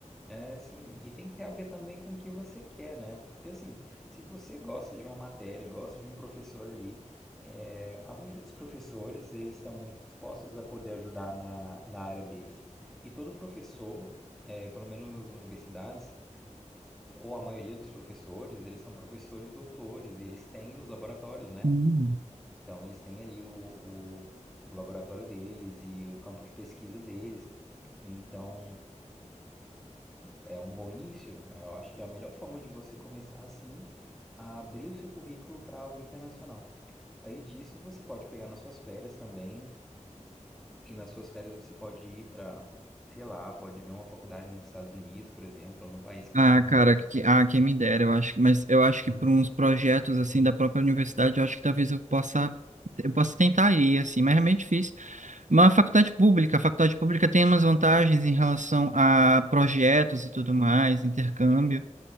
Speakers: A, in the centre; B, on the right.
A: É, sim, e tem que ter a ver também com o que você quer, né? Porque assim, se você gosta de uma matéria, gosta de um professor ali, é, a maioria dos professores, eles estão muito dispostos a poder ajudar na, na área deles. E todo professor, é, pelo menos nas universidades, ou a maioria dos professores, eles são professores doutores e eles têm os laboratórios, né?
B: Hum.
A: Então eles têm ali o, o, o laboratório deles e o campo de pesquisa deles. Então é um bom início. Eu acho que é a melhor forma de você começar assim a abrir o seu currículo para algo internacional. Aí disso você pode pegar nas suas férias também, e nas suas férias você pode ir para, sei lá, pode ver uma faculdade nos Estados Unidos, por exemplo, ou no país que
B: Ah,
A: você
B: cara,
A: quer.
B: que, ah, quem me dera, eu acho que, mas eu acho que por uns projetos assim da própria universidade, eu acho que talvez eu possa, eu possa tentar ir, assim, mas é meio difícil. Mas a faculdade pública, a faculdade pública tem umas vantagens em relação a projetos e tudo mais, intercâmbio,